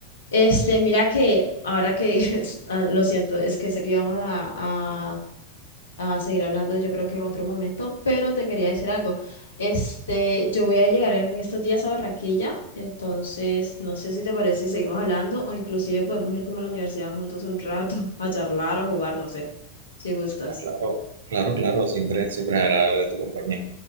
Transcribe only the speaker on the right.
Ah, claro, claro, claro, siempre, siempre es agradable tu compañía.